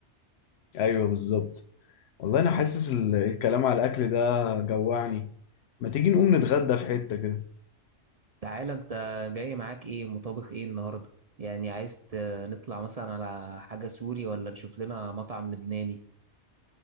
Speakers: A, on the left; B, on the right.
A: ايوه بالظبط والله انا حاسس ال- الكلام على الاكل ده جوعني ما تيجي نقوم نتغدى في حتة كده
B: تعالى انت جاي معاك ايه مطابخ ايه النهارده يعني عايز ت- نطلع مثلا على حاجه سوري ولا نشوف لنا مطعم لبناني